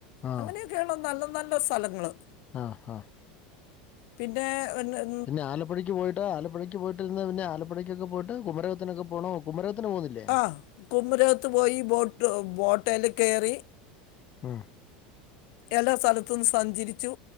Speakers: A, on the left; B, on the left.
A: ആ
B: അങ്ങനെയൊക്കെയള്ള നല്ല നല്ല സ്ഥലങ്ങള്
A: ആഹ് ആഹ്
B: പിന്നെ <unintelligible>
A: പിന്നെ ആലപ്പുഴക്ക് പോയിട്ട് ആലപ്പുഴക്ക് പോയിട്ട് ട്ടിൽന്ന് പിന്നെ ആലപ്പുഴേക്ക്‌ ഒക്കെ പോയിട്ട് കുമരകത്തിനൊക്കെ പോണോ കുമരകത്തിന് പോണില്ലേ
B: ആ കുമരകത്ത് പോയി ബോട്ട് ബോട്ടേൽ കയറി
A: ഉം
B: എല്ലാ സ്ഥലത്തും സഞ്ചരിച്ചു